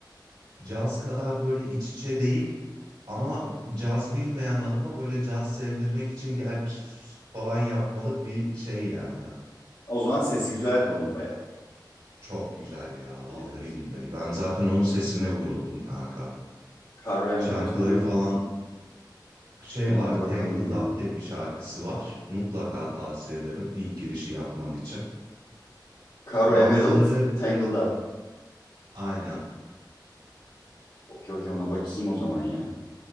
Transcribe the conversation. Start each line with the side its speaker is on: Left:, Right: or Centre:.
Right: Caz kadar böyle iç içe değil Ama caz bilmeyen adama böyle caz sevdirmek için gel falan yapmalık bir şey yani.
Left: O zaman sesi güzeldir onun baya.
Right: Çok güzel ya vallahi
Left: Evet.
Right: billahi. Ben zaten onun sesine vuruldum kanka.
Left: Caro Emerald.
Right: Şarkıları
Left: Ona bir
Right: falan şey
Left: ona
Right: var
Left: bir bakalım
Right: Tangled
Left: ya.
Right: Up diye bir şarkısı var. Mutlaka tavsiye ederim ilk girişi yapman için.
Left: Caro
Right: Bazıları
Left: Emerald Tangled Up.
Right: aynen.
Left: Okey okey ona bakayım o zaman ya.